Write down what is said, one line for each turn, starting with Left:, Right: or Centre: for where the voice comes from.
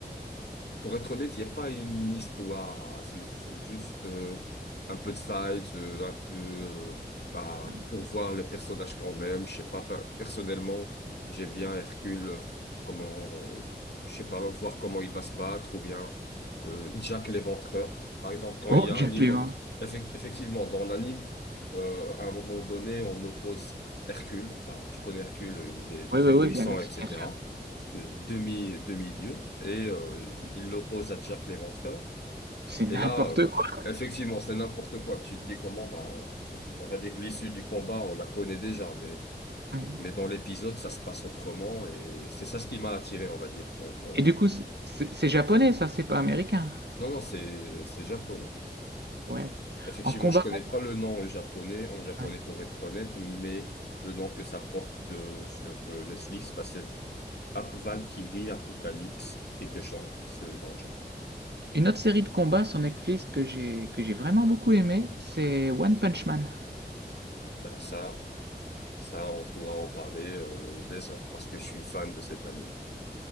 Left: Pour être honnête, il n'y a pas une histoire à suivre. C'est juste euh, un peu de fight, euh, un peu euh, bah,
Right: Ouais.
Left: pour voir les personnages quand même. Je sais pas, pe- personnellement, j'aime bien Hercule, euh, comment, euh, je sais pas, voir comment il va se battre, ou bien euh, Jack l'Éventreur. Par exemple, quand
Right: Oh,
Left: il y a
Right: Jack
Left: un immort...
Right: Levin.
Left: Effec- effectivement, dans l'anime, euh, à un moment donné, on oppose Hercule. Bah, tu connais Hercule, il est
Right: Oui,
Left: très
Right: oui, oui,
Left: puissant,
Right: bien, bien
Left: etc
Right: sûr.
Left: euh, demi, demi-dieu, et euh, il l'oppose à Jack l'Éventreur.
Right: C'est
Left: Et
Right: n'importe
Left: là, euh, bah,
Right: quoi.
Left: effectivement, c'est n'importe quoi. Tu te dis comment, bah, euh, on va dire l'issue du combat, on la connaît déjà, mais,
Right: Ouais.
Left: mais dans l'épisode, ça se passe autrement, et c'est ça ce qui m'a attiré, on va dire. Non, non,
Right: Et du coup, c'est c'est- c'est japonais, ça, c'est pas américain.
Left: non, non, c'est, c'est japonais.
Right: Ouais.
Left: Effectivement,
Right: En combat,
Left: je connais
Right: combat.
Left: pas le nom en japonais, en japonais
Right: Ouais.
Left: pour être honnête, mais le nom que ça porte euh, sur euh, Netflix, bah, c'est Ap- Valkyrie Apocalypse, quelque chose dans le genre.
Right: Une autre série de combats sur Netflix que j'ai que j'ai vraiment beaucoup aimé, c'est One Punch Man.
Left: Bah, ça, Ça, on pourra en parler euh, des heures parce que je suis fan de cette anime.